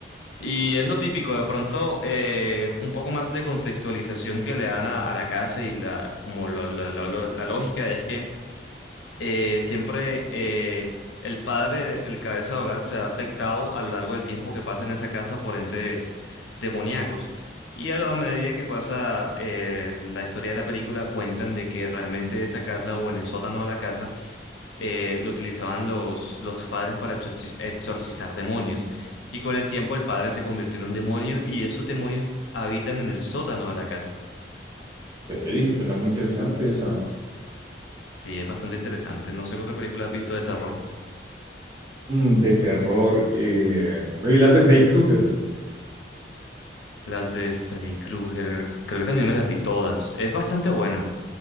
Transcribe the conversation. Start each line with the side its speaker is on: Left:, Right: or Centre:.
Left: Y es lo típico, de pronto eh, un poco más de contextualización que le dan a, a la casa y la, como lo- lo- lo- lo- la lógica es que eh, siempre eh, el padre, el cabeza de hogar, se ha afectado a lo largo del tiempo que pasa en esa casa por entes demoníacos. Y a la medida que pasa eh, la historia de la película, cuentan de que realmente esa casa o en el sótano de la casa eh, lo utilizaban los, los padres para exorci- exorcizar demonios. Y con el tiempo el padre se convirtió en un demonio y esos demonios habitan en el sótano de la casa.
Right: Ok, suena muy interesante esa.
Left: Sí, es bastante interesante. No sé qué otra película has visto de terror.
Right: Mm, de terror. eh, Me vi las de Freddy Krueger.
Left: Las de Freddy Krueger, creo que también me las vi todas. Es bastante buena,